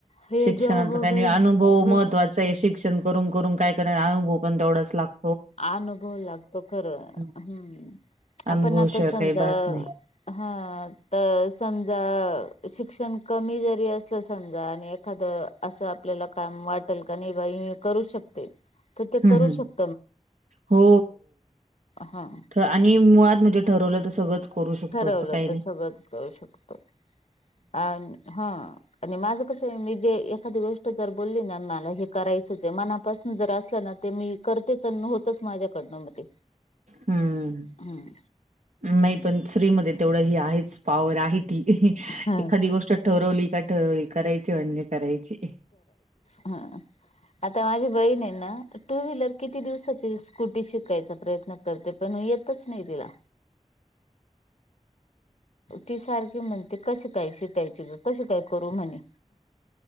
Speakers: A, on the left (about 65°); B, on the right (about 80°).
A: हे
B: शिक्षणाचा
A: जॉब वगैरे
B: काही नाही अनुभव महत्वाचा. शिक्षण करून करून कायतरा अनुभव पण तेवढंच लागतोच.
A: अनुभव लागतो खरं,
B: हं,
A: हम्म
B: अनुभवशिवाय
A: आपण आता समजा.
B: काही बात नाही.
A: हा तर समजा शिक्षण कमी जरी असलं समजा आणि एखादं- असं आपल्याला काम वाटेल का नाही बा करू शकते तर ते
B: हम्म
A: करू
B: हम्म.
A: शक-
B: हो
A: हा
B: हो आणि मुळात म्हणजे ठरवलं तर सगळंच करू शकतो
A: ठरवलं
B: असं काही
A: तर
B: नाही.
A: सगळंच करु शकतो. आणि हा आणि माझं कसं मी जे एखादी गोष्ट जर बोलली ना मला हे करायचंचे आहे. मनापासन असलं ना ते मी करतेच होतच माझ्याकडनं मग ते.
B: हम्म,
A: हम्म
B: नाही पण स्त्री म तेवढं ह आहेच पॉवर आहे.
A: हा
B: एखादी गोष्ट ठरवली का ठरवली करायची म्हणजे करायची.
A: हम्म आता माझी बहीण ना टू व्हीलर किती दिवसाची स्कूटी शिकायचा प्रयत्न करते पण येतच नाही तिला. ती सारखी म्हणती. ते कसे काय शिकायचेग, कशी काय करू म्हणे.